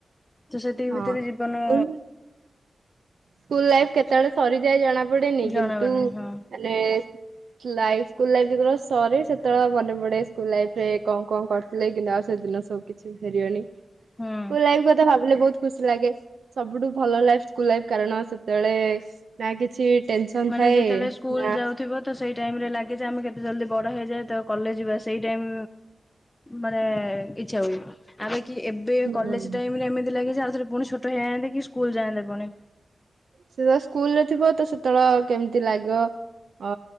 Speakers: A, on the left; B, on the right.
A: ତ ସେତିକି
B: ହଁ
A: ଭିତରେ ଜୀବନ
B: ସ୍କୁଲ ସ୍କୁଲ ଲାଇଫ୍ କେତେବେଳେ ସରିଯାଏ ଜଣା ପ ପଡେନି
A: ଜଣାବ
B: କିନ୍ତୁ
A: ନାହିଁ
B: ମାନେ
A: ହଁ
B: ଲାଇଫ ସ୍କୁଲ ଲାଇଫ ଯେତେବେଳେ ସରେ ସେତେବେଳେ ମନେ ପଡେ ସ୍କୁଲ ଲାଇଫ ରେ କଣ କଣ କରିଥିଲେ କିନ୍ତୁ ଆଉ ସେଦିନ ସବୁ କିଛି ବି ଫେରିବନି ସ୍କୁଲ୍
A: ହୁଁ।
B: ଲାଇଫ୍ କଥା ଭାବିଲେ ବହୁତ ଖୁସି ଲାଗେ ସବୁଠୁ ଭଲ ଲାଇଫ୍ ସ୍କୁଲ ଲାଇଫ। କାରଣ ସେତେବେଳେ ସ୍ ନା କିଛି। ଟେନସନ
A: ମାନେ
B: ଥାଏ
A: ଯେତେବେଳେ ସ୍କୁଲ
B: ନା
A: ଯାଉଥିବ ତ ସେଇ ଟାଇମ୍ ରେ ଲାଗେ ଯେ ଆମେ କେତେ ଜଲଦି ବଡ ହେଇଯାଏ ତ କଲେଜ ଯିବା ସେଇ ଟାଇମ୍ ମାନେ ଇଛା ହୁଏ। କି ଏବେ
B: ହୁଁ।
A: କଲେଜ ଟାଇମ୍ ରେ ଏମିତି ଲାଗେ। ଯେ ଆଉଥରେ ପୁଣି ଛୋଟ ହେଇଯାଆନ୍ତେ କି ସ୍କୁଲ ଯାଆନ୍ତେ ପୁଣି।
B: ସେ ପା ସ୍କୁଲରେ ଥିବ ତ ସେତେବେଳେ କେମିତି ଲାଗିବ ଅ